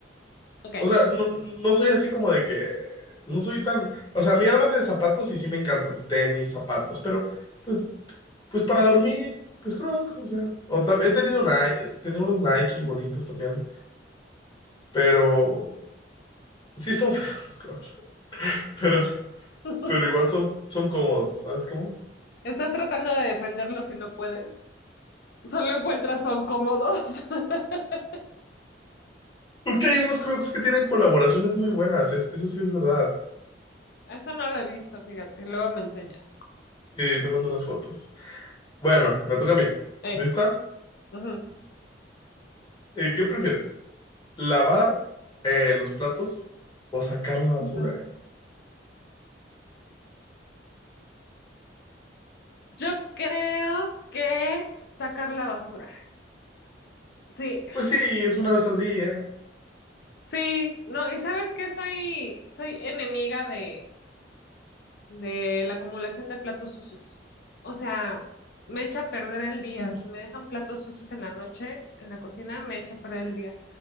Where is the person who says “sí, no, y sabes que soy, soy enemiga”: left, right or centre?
Left